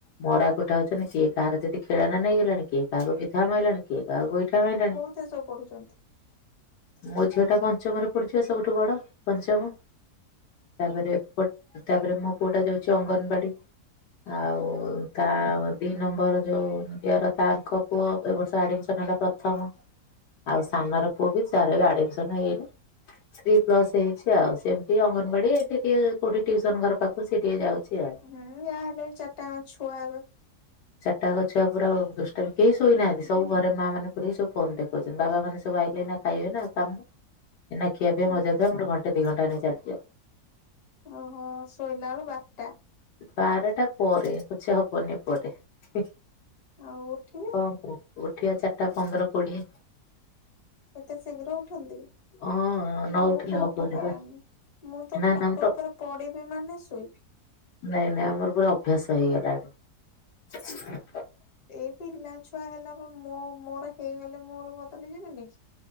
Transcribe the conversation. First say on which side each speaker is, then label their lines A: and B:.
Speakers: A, on the left; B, on the left.
A: ମରା କୁଟା ହୋଉଛନ୍ତି କିଏ କାହାର ଯଦି ଖେଳନା ନେଇଗଲାଣି କି କାହାକୁ ବିଧା ମାଇଲାଣି କିଏ ତ କାହାକୁ ଗୋଇଠା ମାଇଲାଣି।
B: କୋଉଥିରେ ସବୁ ପଢୁଛନ୍ତି?
A: ମୋ ଝିଅ ଟା ପଞ୍ଚମରେ ପଡିୁଛି ପା ସବୁଠୁ ବଡ ପଞ୍ଚମ ତାପରେ ଏପଟ ତାପରେ ମୋ ପୁଅ ଟା ଯାଉଛି ଅଙ୍ଗନବାଡି ଆଉ
B: ଓ
A: ତା ଦି ନମ୍ବର ଯୋଉ ଦିଅର ତାଙ୍କ ପୁଅ ଏ ବର୍ଷ ଆଡମିସନ ହେଲା ପ୍ରଥମ ଆଉ ସାନ ର ପୁଅ ବି ତାର ବି ଆଡମିସନ ହେଇନି। ଥ୍ରୀ ପ୍ଲସ ହେଇଛି ଆଉ ସେମିତି ଅଙ୍ଗନବାଡି ଏମିତି ଟିକେ କୋଉଠି ଟିଉସନ ଘର ପାଖକୁ ସି ଟିକେ ଯାଉଛି ଆଉ।
B: ହୁଁ ୟା ହେଲେ ଚାରିଟାଙ୍କ ଛୁଆ ହେବେ।
A: ଚାରିଟା ଙ୍କ ଛୁଆ ପୁରା ଉ ଦୁଷ୍ଟାମି କେହି
B: ହୁଁ
A: ଶୋଇନାହାନ୍ତି ସବୁ ଘରେ ମା ମାନେ ସବୁ ସୋଇକି ଦେଖୋଉଛନ୍ତି ବାବା ମାନେ ସବୁ ଆଇଲେ ନା ଖାଇବେ ନା କାମ ଏଇନା ଖିଆ ପିଆ
B: ହୁଁ।
A: ମଜା ଧୁଆ ମୋର ଘଣ୍ଟେ ଦି ଘଣ୍ଟା ଏଇନା ଚାଲିଯିବ।
B: ଓହୋ ଶୋଇଲା ବେଳୁ ବାରଟା
A: ବାରଟା ପରେ ପଛେ ହବନି ଏପଟେ। ଉଁ।
B: ଆଉ ଉଠିବେ।
A: ହ କୁଅ ଉଠିବା ଚାରିଟା ପନ୍ଦର କୋଡିଏ।
B: ଏତେ ଶୀଘ୍ର ଉଠନ୍ତି
A: ହଁ
B: ମୁଁ
A: ନ ଉଠିଲେ
B: ତ
A: ହବନି
B: ଉଠି ପାରେନି।
A: ବା
B: ମୁଁ ତ
A: ନା
B: ଖଟ
A: ନା ଆମର
B: ଉପରେ ପଡିବି ମାନ ଶୋଇବି।
A: ନାଇଁ ନାଇଁ ଆମର ପୁରା ଅଭ୍ୟାସ ହେଇଗଲାଣି।
B: ଏଇ ପିଲା ଛୁଆ ହେଲା ପ ମୋ ମୋର ହେଇଗଲେ ମୋର ମୁଁ ବଦଳି ଯିବିନି କି